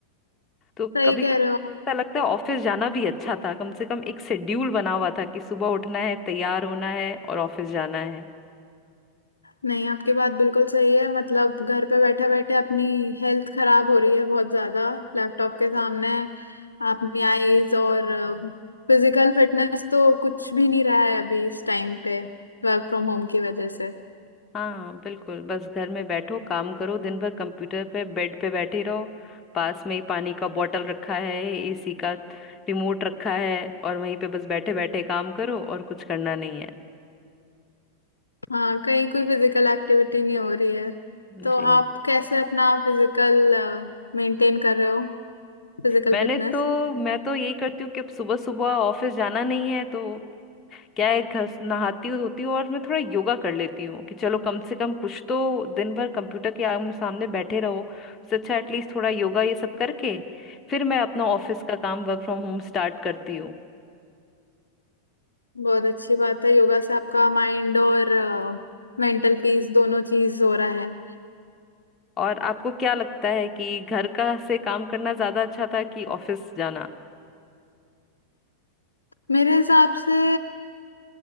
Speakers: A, on the left (about 20°); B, on the left (about 80°).
A: तो
B: सही
A: कभी
B: कह
A: कभी
B: रहे हो
A: ऐसा लगता है ऑफिस जाना भी अच्छा था कम से कम एक शेड्यूल बना हुआ था कि सुबह उठना है तैयार होना है और ऑफिस जाना है
B: नहीं आपकी बात बिल्कुल सही है मतलब घर पे बैठे बैठे अपनी हेल्थ खराब हो रही है बहुत ज्यादा लैपटॉप के सामने अपनी आईज और फिजिकल फिटनेस तो कुछ भी नहीं रहा है अभी इस टाइम पे वर्क फ्रॉम होम की वजह से
A: हाँ बिल्कुल बस घर में बैठो काम करो दिन भर कंप्यूटर पे बेड पे बैठे रहो पास में ही पानी का बॉटल रखा है एसी का रिमोट रखा है और वहीं पे बस बैठे बैठे काम करो और कुछ करना नहीं है
B: हाँ कहीं कोई फिजिकल एक्टिविटी नहीं हो रही है तो
A: जी
B: आप कैसे अपना फिजिकल मेंटेन कर रहे हो Physical
A: मैंने
B: fitness
A: तो मैं तो यही करती हूँ कि अब सुबह सुबह ऑफिस जाना नहीं है तो क्या है घस नहाती हूँ धोती हूँ और मैं थोड़ा योगा कर लेती हूँ कि चलो कम से कम कुछ तो दिन भर कंप्यूटर के आमने सामने बैठे रहो उससे अच्छा एटलीस्ट थोड़ा योगा ये सब करके फिर मैं अपना ऑफिस का काम वर्क फ्रॉम होम स्टार्ट करती हूँ
B: बहुत अच्छी बात है योगा से आपका माइंड और मेंटल पीस दोनों चीज हो रहा है
A: और आपको क्या लगता है कि घर का से काम करना ज्यादा अच्छा था कि ऑफिस जाना
B: मेरे हिसाब से